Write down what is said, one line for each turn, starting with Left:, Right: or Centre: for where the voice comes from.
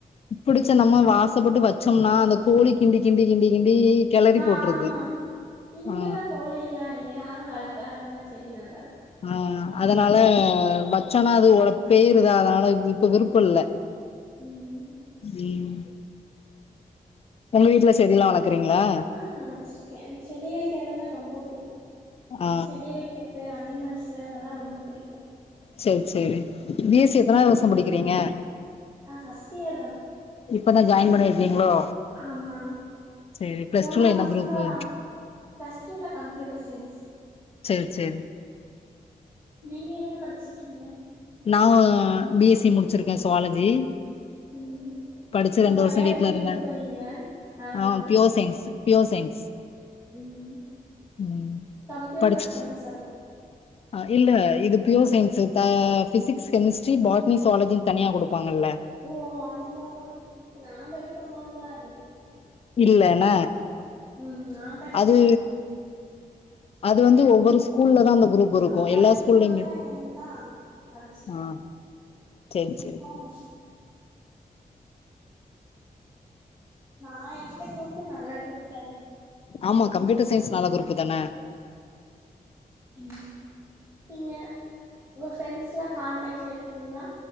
Left: புடிச்ச நம்ம வாசப்பட்டு வச்சோம்னா அந்த கோழி கிண்டி கிண்டி கிண்டி கிண்டி கெளறி
Right: ஆமா
Left: போட்டுருது
Right: இங்கெல்லா
Left: ஆ
Right: கோழி எல்லாம் இல்ல யாரும் வளக்கானால செடி நல்லா இருக்கு
Left: ஆ அதனால வச்சோன்னா அது உட பேயருதா அதனால இப்ப விருப்போ இல்ல
Right: ம்
Left: ம் ஒங்க வீட்டுல செடியெல்லா வளக்குறீங்களா
Right: ஆ வெச்சிருக்கேன் செடி வெக்கிறதுன்னா ரொம்ப புடிக்கும்
Left: ஆ
Right: செடி வெக் கிறது அனிமல்ஸ்ஸு அதெல்லாம் ரொம்ப புடிக்கு
Left: செர் செரி பி எஸ் சி எத்தனாது வர்ஷ்சம் படிக்கிறீங்க
Right: நா ஃபஸ்ட் இயர் தான்
Left: இப்பதா ஜாயின் பண்ணிருக்கீங்களோ
Right: ஆமா
Left: சேரி பிளஸ்
Right: போன
Left: டூல
Right: மாசோந்தா
Left: என்ன குரூப்பு
Right: ஃபஸ்ட் இயர்ல கம்ப்யூட்டர் சயின்ஸ்
Left: சேர் சேரி
Right: நீங்க என்ன படிச்சிற்கீங்க
Left: நா பி எஸ் சி முடிச்சிருக்கே சுவாலஜி
Right: ம்
Left: படிச்சு
Right: இப்ப
Left: ரெண்டு
Right: பயாலஜி
Left: வருஷோ வீட்ல இருந்தே
Right: குரூப்பு நீங்க லெவன்த்ல
Left: ஆ பியோர் சயின்ஸ் பியோர் சயின்ஸ்
Right: ம்
Left: ம்
Right: கம்ப்யூட்டர்
Left: படிச்
Right: சயின்ஸ் அப்போ
Left: அ இல்ல இது ப்யூர் சையின்ஸு த ஃபிசிக்ஸ் கெமிஸ்ட்ரி பாட்னி சுவாலஜின் தனியா குடுப்பாங்கல்ல
Right: ஓ அந்த மாரி இப்ப நா படிக்கம்போதுலா அதுல்லயே
Left: இல்லன
Right: ம் ஆம்
Left: அது அது வந்து ஒவ்வொரு ஸ்கூல்லதா அந்த குரூப்
Right: நா
Left: இருக்கு
Right: படிக்கும்போதெல்லா
Left: எல்லா ஸ்கூல்லயுமே
Right: இருந்துந்தா படிச்சிருப்பே
Left: ஆ சேரி
Right: சிப்போம்
Left: சேரி
Right: நா எடுத்த குரூப்பு நல்ல குரூப் தான
Left: ஆமா கம்ப்யூட்டர் சயின்ஸ் நல்ல குரூப்பு தான
Right: ம் நீங்க உங்க ஃப்ரெண்ஸ்லா கான்டாக்ல இருக்கீங்ளா